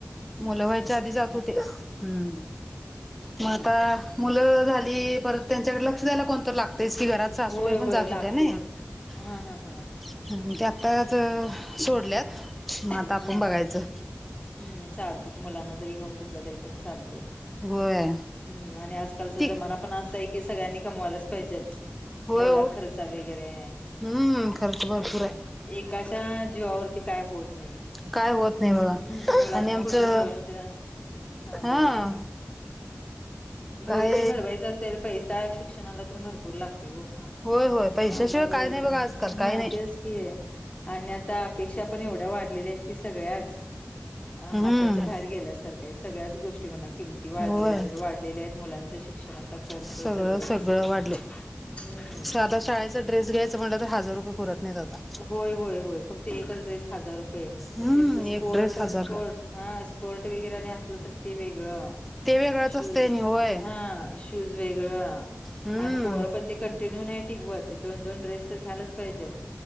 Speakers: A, in the centre; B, on the left (about 25°).
A: मुलं व्हायच्या आधी जात होते हम्म मग
B: हा
A: आता, मुलं झाली परत, त्यांच्याकडे लक्ष द्यायला कोणत लागतयस की घरात, सासूबाई
B: होय
A: पण
B: होय
A: जात
B: लागते
A: होत्या ना ह
B: हा हा हा
A: ते आत्ताच सोडल्यात. मग
B: हा
A: आता आपण बघायचं
B: हा हम्म चालते की मुलांना जरी घेऊन बसला तरी, पण चालते,
A: होय
B: हम्म आणि आजकालचा
A: ठीक
B: जमाना पण असा आहे की, कि सगळ्यांनी कमवायलाच पाहिजे.
A: होय
B: एवढा
A: हो
B: खर्चा वगैरे हाय
A: हम्म खर्च
B: हम्म.
A: भरपूर आहे
B: एकाच्या जीवावरती काय होत नाही,
A: काय होत नाही बघा
B: हम्म मुलांच
A: आणि आमचं
B: पुढचं भविष्य, हां
A: हा
B: बोला की. भविष्य
A: काय
B: घडवायचं असेल पैसा शिक्षणाला पण भरपूर लागतोय ओ.
A: होय होय पैशाशिवाय
B: टांब करते
A: काय नाही बघा आजकाल काही
B: हां
A: नाही
B: तेच आणि आता अपेक्षा पण एवढ्या वाढलेल्या आहेत की, सगळ्याच
A: हम्म
B: हाताच्या- बाहेर गेल्यासारख्या सगळ्याच गोष्टी म्हणा. किमती वाढले
A: होय
B: वाढलेल्या आहेत मुलांच्या शिक्षणाचा खर्च
A: सगळं
B: सगळंच.
A: सगळं वाढले
B: हम्म.
A: साधा शाळेचा ड्रेस घ्यायचा म्हटलं तर, हजार रुपये पररत नाही आता.
B: होय होय होय फक्त एकच ड्रेस हजार रुपये
A: हम्म
B: त्यांच स्पोर्ट
A: एक ड्रेस हजारला
B: स्पोर्ट. हा स्पोर्ट वगैरे नाही असलं तर ते वेगळं,
A: ते वेगळंच
B: शूज
A: असतंय नि होय
B: हा श- शुज वेगळ
A: हम्म
B: आणि पोर पण ते कंटिन्य नाही- टिकवत दोन दोन ड्रेस तर घ्यायलाच पाहिजेल.